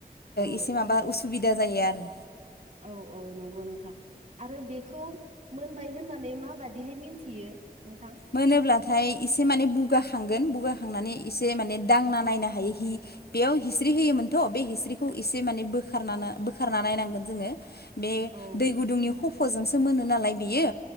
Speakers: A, on the right; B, on the left.
A: औ
B: एसे माबा उसु <unintelligible> जायो आरो।
A: औ-औ नंगौ नोंथां। आरो बे <unintelligible> मोनबाय होननानै माबादिहाय मोनथियो?
B: मोनो -ब्लाथाय एसे माने बुगाखांगोन। बुगाखांनानै एसे माने दांना नायनो हायो बेयाव हिस्रि होयोमोनथ' बे हिस्रिखौ एसे माने बोखार- बोखारना नायनांगोन जोङो। बे
A: औ
B: दै गुदुंनि खफ'जोंसो मोनो नालाय बेयो।